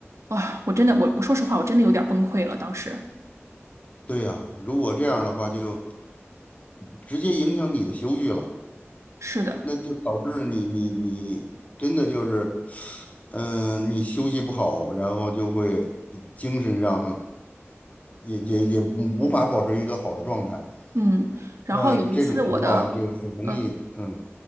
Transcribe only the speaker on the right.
啊、我真的，我我说实话，我真的有点崩溃了。当时
是的，
嗯，然后有一次我的，
呃，